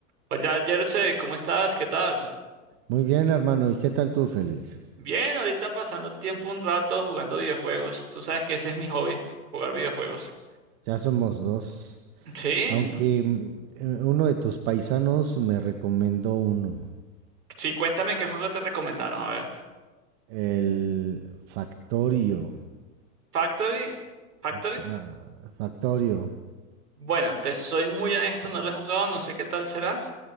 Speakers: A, on the right; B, on the right.
A: Hola, Jersey, ¿cómo estás? ¿Qué tal?
B: Muy bien, hermano. ¿Y qué tal tú, Félix?
A: Bien, ahorita pasando el tiempo un rato jugando videojuegos. Tú sabes que ese es mi hobby, jugar videojuegos.
B: Ya somos dos.
A: Sí,
B: Aunque mm, eh, uno de tus paisanos me recomendó uno.
A: sí, cuéntame qué juego te recomendaron. A ver,
B: El Factorio.
A: Factory, Factory.
B: eh, Fa- Factorio.
A: Bueno, te soy muy honesto, no lo he jugado, no sé qué tal será.